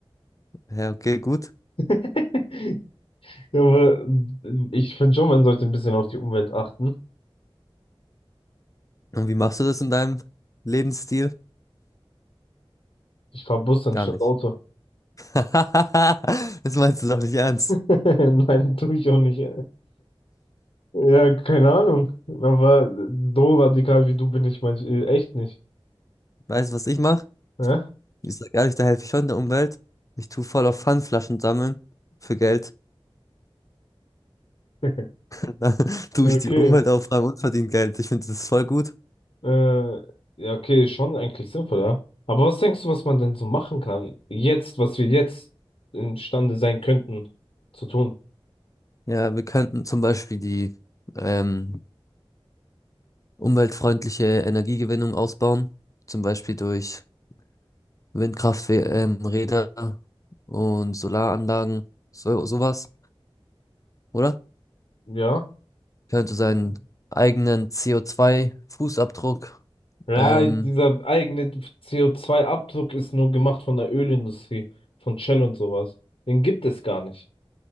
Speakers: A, on the left; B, on the left.
A: Ja, okay, gut.
B: <laughs> Ja, aber äh, ich finde schon, man sollte ein bisschen auf die Umwelt achten.
A: Und wie machst du das in deinem Lebensstil?
B: Ich fahr Bus anstatt
A: Gar nicht.
B: Auto.
A: <laughs> Das meinst du doch nicht ernst.
B: <laughs> Nein, tue ich auch nicht. Ja, keine Ahnung. Aber so radikal wie du bin ich manch äh, echt nicht.
A: Weißt du, was ich mache?
B: Ja?
A: Ich sag ehrlich, da helfe ich schon der Umwelt. Ich tue voll auf Pfandflaschen sammeln für Geld.
B: <laughs>
A: <laughs> Dann tue
B: Ja,
A: ich
B: okay.
A: die Umwelt aufräumen und verdiene Geld. Ich finde das voll gut.
B: Äh, ja, okay, schon eigentlich sinnvoll, ja. Aber was denkst du, was man denn so machen kann? Jetzt, was wir jetzt imstande sein könnten zu tun?
A: Ja, wir könnten zum Beispiel die ähm, umweltfreundliche Energiegewinnung ausbauen. Zum Beispiel durch Windkrafträder ähm, Räder und Solaranlagen. So, sowas, oder?
B: Ja.
A: Könnte seinen eigenen CO2-Fußabdruck.
B: Ja,
A: ähm,
B: dieser eigene CO2-Abdruck ist nur gemacht von der Ölindustrie, von Shell und sowas. Den gibt es gar nicht.